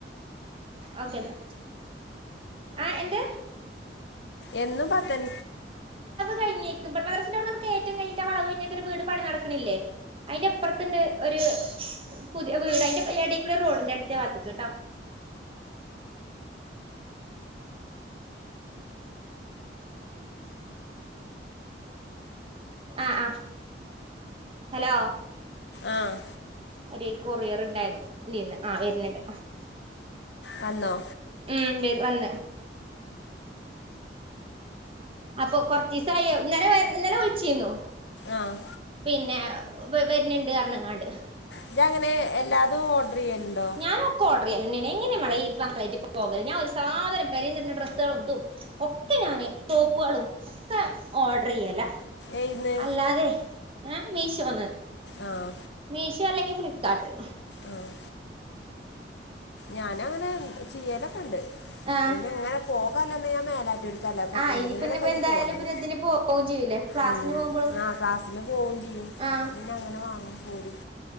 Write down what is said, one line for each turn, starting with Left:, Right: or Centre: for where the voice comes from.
Right: ഓക്കേെന്നാ. ആ ന്ത്‌?
Left: എന്നു പത്തൻ
Right: കഴിഞ്ഞേക്ക് മദ്രസിൻ്റെ വ്ട്ന്ന് കേറ്റം കഴിഞ്ഞിട്ട് വളവ് കഴിഞ്ഞൊരു വീട് പണി നടക്കണില്ലേ അതിന്റെ അപ്പുറത്തണ്ട് ഒരു പുതിയ വീട് അതിന്റെ എടേൽക്കൂടെ റോഡ്ണ്ട് എടത്തേ ഭാഗത്ത്ക്ക് ട്ടോ ആഹ് ആഹ് ഹലോ
Left: ആഹ്
Right: ഒര് കൊറിയർ ഇണ്ടായിന്നു ഇതീന്ന് ആഹ് വര്ന്ന്ണ്ട്
Left: വന്നോ
Right: ഉം വന്ന് അപ്പൊ കൊർച്ചീസായി അഹ് ഇന്നലെ വ ഇന്നലെ വിൾ ച്ചീന്നു
Left: ആഹ്
Right: പിന്നെ വര്ഞ്ഞ്ണ്ട് അർഞ്ഞ്ങ്ങാണ്ട്
Left: ഇജ് അങ്ങനെ എല്ലാതും ഓഡർ ചെയ്യലുണ്ടോ
Right: ഞാനൊക്കെ ഓഡർ ചെയ്യലന്നെണ് എങ്ങെനെ മളെ ഈ മക്കളായിട്ട് പോകല് ഞാൻ ഒര്സാധനം പെരീന്ന്ട്ണ ഡ്രസ്സോളും ഇതും ഒക്കെ ഞാന് ടോപ്പുകളും ഒക്കെ ഓഡർ ചെയ്യലാ
Left: ഏയ്ന്ന്
Right: അല്ലാതെ ഏ മീഷോന്ന്
Left: ആഹ്
Right: മീഷോ അല്ലെങ്കി ഫ്ലിപ്കാർട്ട്
Left: ആഹ് ഞാനങ്ങനെ ചെയ്യലൊക്കെ ണ്ട്
Right: ആഹ്
Left: പിന്നെ ഇങ്ങനെ പോകാള്ളന്ന് ഞാൻ മേലാ <unintelligible> അല്ലാപത്താ
Right: ആഹ്
Left: എന്തിനൊ
Right: ഇയ്യ് പിന്നെ
Left: ലൊക്കായിട്ട്
Right: ഇപ്പ എന്തായാലും
Left: പോന്നതേ
Right: പിന്നെ ഇതിന് പോവും ചെയ്യൂലേ ക്ലാസ്സിന്
Left: ഉം
Right: പോകുമ്പളും
Left: ആ ക്ലാസ്സിന് പോവും ചെയ്യും
Right: ആഹ്
Left: അപ്പോ പിന്നെ അങ്ങനെ വാങ്ങുംപോരും